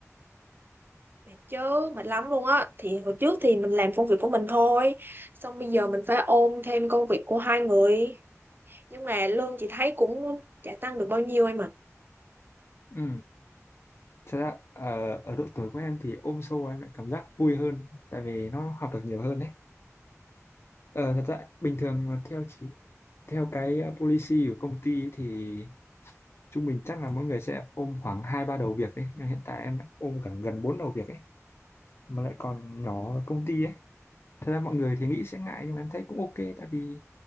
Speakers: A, on the right; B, on the left.
A: mệt chứ mệt lắm luôn á thì hồi trước thì mình làm công việc của mình thôi xong bây giờ mình phải ôm thêm công việc của hai người nhưng mà lương chị thấy cũng chả tăng được bao nhiêu em ạ
B: ừ Thật ra ờ, ở độ tuổi của em thì ôm sâu em lại cảm giác vui hơn tại vì nó học được nhiều hơn đấy. Ờ, thật ra bình thường mà theo chỉ theo cái ờ, policy của công ty ấy thì trung bình chắc là mỗi người sẽ ôm khoảng hai ba đầu việc đấy nhưng hiện tại em đã ôm khoảng gần bốn đầu việc ấy mà lại còn nhỏ ở công ty ấy. Thật ra mọi người thì nghĩ sẽ ngại nhưng mà em thấy cũng ok tại vì